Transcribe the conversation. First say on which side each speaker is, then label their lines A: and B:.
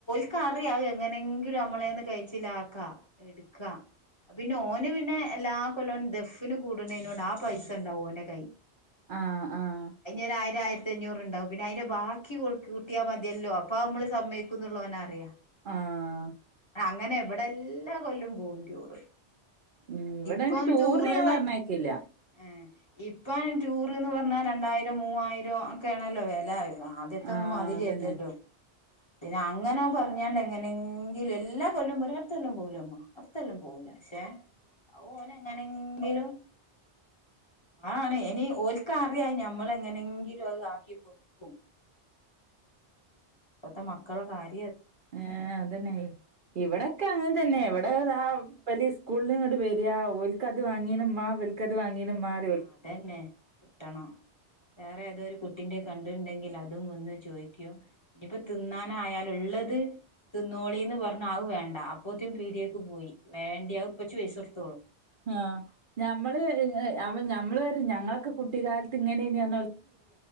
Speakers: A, on the left; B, on the right.
A: ക്ക്റിയാം അയ് എങ്ങനെങ്കിലും നമ്മളെന്ന് കയിച്ചിലാക്കാം എടുക്കാ പിന്നെ ഓന് പിന്നെ എല്ലാ കൊല്ലം ദഫിന് കൂടുന്നതിനോട് ആ പൈസ ഉണ്ടാവും ഓന-
B: ആഹ ആഹ
A: ഒരു ആയിരം ആയിരത്തി അഞ്ഞൂറ് ണ്ടാവും പിന്നെ അതിന്റെ ബാക്കി കൂട്ടിയാ മതിയല്ലോ അപ്പൊ നമ്മള് സമ്മയിക്കുന്നുള്ളവന് അറിയാം.
B: ആഹ്
A: അങ്ങനെ ഇവിടെ എല്ലാ കൊല്ലും പോവും ടൂർ.
B: ഉം ഇവിടെന്നെ
A: ഇപ്പൊ
B: ടൂറിന്
A: റ്റൂർ
B: ഞാൻ
A: ന
B: പറഞ്ഞയക്കില്ല
A: ഏഹ് ഇപ്പം ടൂറ്ന്ന് പറഞ്ഞാൽ രണ്ടായിരം മൂവായിരം ഒക്കെ ആണല്ലോ വില വര. ആദ്യത്തെ ഒന്നും
B: ആഹ്
A: മാതിരിയല്ലല്ലോ?
B: അതന്നെ
A: പിന്നെ അങ്ങനെ പറഞ്ഞാണ്ട് എങ്ങനെങ്കിലും എല്ലാ കൊല്ലം പറയും അടുത്തോല്ലം പോവൂല്ല അമ്മ അടുത്തെല്ലാം പോവൂല്ല. പക്ഷേ ഓന് എങ്ങനെങ്കിലും, ആണ് ഇനി ഓൽക്ക അറിയാ ഞമ്മള എങ്ങനെങ്കിലും അത് ആക്കി കൊടുക്കും. ഇപ്പത്തെ മക്കള കാര്യ
B: ഏ അതന്നെയ
A: ഉം
B: ഇവിടെക്കെ അങ്ങനെ തന്നെയ ഇവിടെ ദാ
A: ഉം
B: സ്കൂളിൽ ഇങ്ങട്ട് വരാ ഓൽക്ക്ത് വാങ്ങീണുമ്മാ ഇവൽക്കത് വാങ്ങീണുമ്മാ -
A: ആ അതന്നെ കിട്ടണം വേറെ ഏതോരു - കുട്ടിന്റെ കണ്ടുണ്ടെങ്കിൽ അതും ഒന്ന് ചോദിക്കും ഇനിയിപ്പോ തിന്നാനായാ ലുള്ളത് തിന്നോളിന്ന് പറഞ്ഞ അത് വേണ്ട അപ്പോത്തും പീടിയേക്ക് പോയി വേണ്ടിയപ്പച്ചി പൈസ കൊടുത്ത്-
B: ആഹ ഞമ്മള് ഞമ്മള് വരെ ഞങ്ങളൊക്കെ കുട്ടികാലത്ത് ഇങ്ങനെ നു